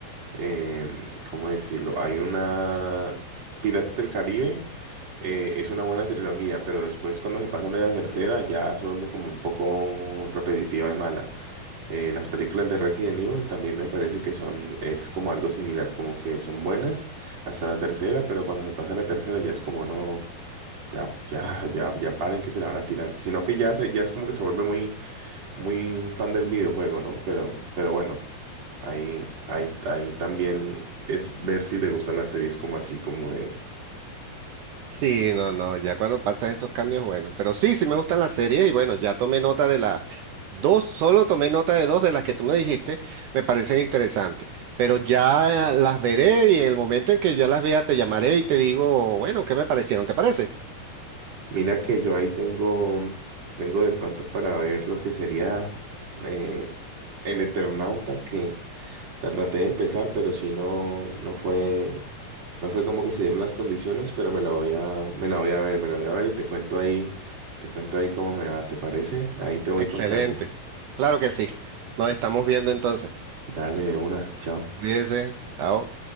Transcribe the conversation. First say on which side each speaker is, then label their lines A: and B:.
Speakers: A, on the right; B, on the right.
A: em, ¿cómo decirlo? Hay una Piratas del Caribe. Eh, es una buena trilogía, pero después cuando se pasan de la tercera ya se vuelve como un poco repetitiva y mala. Eh, las películas de Resident Evil también me parece que son, es como algo similar, como que son buenas hasta la tercera, pero cuando se pasa la tercera ya es como no, ya, ya, ya, ya paren que se la van a tirar. Sino que ya se, ya es como que se vuelve muy, muy fan del videojuego, ¿no? Pero, pero bueno, ahí, ahí, ahí también es ver si te gustan las series como así, como de
B: Sí, no, no, ya cuando pasan esos cambios, bueno, pero sí, sí me gustan las series y bueno, ya tomé nota de las dos, solo tomé nota de dos de las que tú me dijiste, me parecen interesantes, pero ya eh, las veré y en el momento en que ya las vea te llamaré y te digo, bueno, ¿qué me parecieron? ¿Te parece?
A: Mira que yo ahí tengo, tengo de pronto para ver lo que sería eh, el Eternauta, que la traté de empezar, pero si no, no fue, no fue como que se dieron las condiciones, pero me la voy a, me la voy a ver, me la voy a ver y te cuento ahí, te cuento ahí cómo me va, ¿te parece? Ahí te voy
B: Excelente,
A: contando.
B: claro que sí, nos estamos viendo entonces,
A: Dale de una, chao.
B: cuídense, chao.